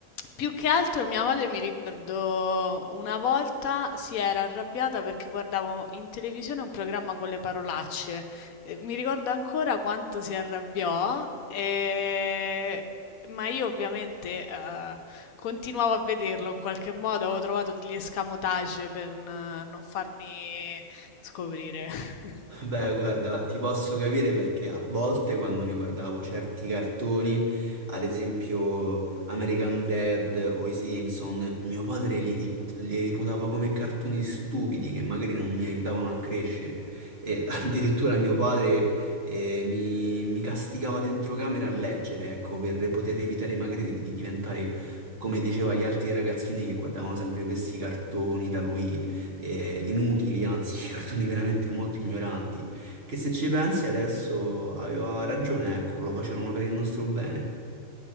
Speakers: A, on the left; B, on the right.
A: più che altro mia madre mi ricordo una volta si era arrabbiata perché guardavo in televisione un programma con le parolacce. E mi ricordo ancora quanto si arrabbiò, e- ma io ovviamente eh, Continuavo a vederlo in qualche modo, avevo trovato degli escamotage per n- non farmi scoprire. <laughs>
B: <laughs> Beh, guarda, ti posso capire perché a volte quando mi guardavo certi cartoni, ad esempio American Dad o i Simpson, mio padre li, riput- li reputava come cartoni stupidi che magari non mi aiutavano a crescere. E <laughs> addirittura mio padre eh, mi, mi castigava dentro camera a leggere,
A: Mh,
B: ecco, per poter evitare magari di, di diventare come diceva gli altri ragazzini che guardavano sempre questi cartoni da lui eh, inutili, anzi, <laughs> cartoni veramente molto
A: mh-mh.
B: ignoranti, che se ci pensi adesso aveva ragione, ecco, lo facevano per il nostro bene.